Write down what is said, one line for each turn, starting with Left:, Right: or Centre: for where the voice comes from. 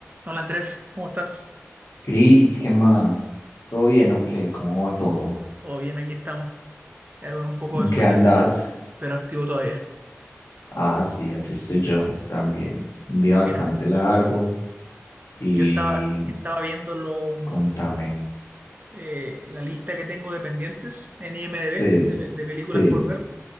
Right: Hola Andrés, ¿cómo estás?
Left: Cris, ¿qué más? ¿Todo bien o qué? ¿Cómo va todo?
Right: Todo bien, aquí estamos, ya con un poco
Left: ¿En
Right: de sueño,
Left: qué andas?
Right: pero, pero activo todavía.
Left: Ah, sí, así estoy yo también. Un día bastante
Right: Mira,
Left: largo y
Right: yo estaba, estaba viendo lo,
Left: contame.
Right: eh, la lista que tengo de pendientes en IMDb
Left: Sí,
Right: de, de películas
Left: sí,
Right: por ver,